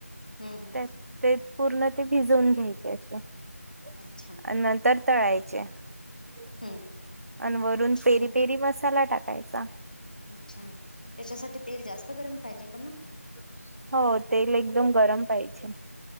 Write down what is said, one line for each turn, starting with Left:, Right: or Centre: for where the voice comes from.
Left: हम्म हम्
Right: त्यात ते पूर्ण ते भिजवून घ्यायचे असे. <inaudible>
Left: अच्छा
Right: आण नंतर तळायचे, <inaudible>
Left: <inaudible>
Right: <inaudible> आण वरून पेरी
Left: आणि
Right: पेरी मसाला टाकायचा,
Left: <inaudible> अच्छा <inaudible> त्याच्यासाठी तेल जास्त गरम पाहिजे का मग, <inaudible>
Right: <inaudible> हो तेल एकदम गरम पाहिजे, <inaudible>